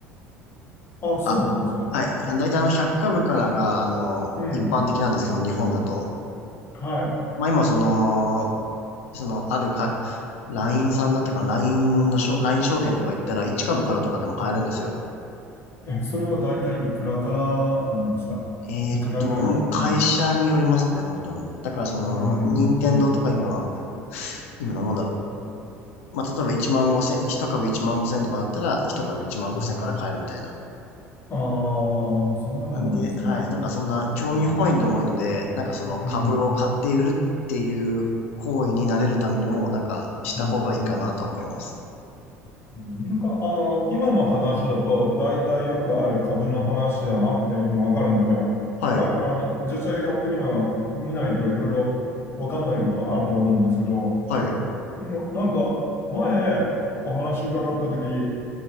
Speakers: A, on the left (about 30°); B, on the left (about 65°).
A: あ、そうなんです。
B: あ、はい。あ大体あの100株からが、あの、
A: うん、
B: 一般的なんですけど、日本だと。
A: はい。
B: まあ今その、その、あるか、LINE さんだったかな、LINE のしょ、l i n 証券とか行ったら1株からとかでも買えるんですよ。
A: うん、え、それは大体いくらからなんですかいくらぐらいうん、
B: えーっと、もう会社によりますね、本当に。だからその、
A: うん、
B: 任天堂とか今、
A: うん、
B: 今何もんだろう。まあ、例えば1万5千、1株1万5千とかだったら、1株1万5千から買えるみたいな。
A: うん。ああ、そんなもんなんですね。
B: なんで、はい。なんかそんな興味本位でもいいので、
A: うん、
B: なんかその株を買って売るっていう行為になれるためにも、
A: うん、
B: なんかした方がいいかなとは思います。
A: うん、うん。うんなんか、あの、今の話だと、大体よくある株の話だなっていうのわかるんですよ。
B: はい。
A: まあ、あの、実際買ってみな、見ないといろいろわかんないことはあると思うんですけど、
B: はい。
A: もうなんか、前、お話伺ったとき、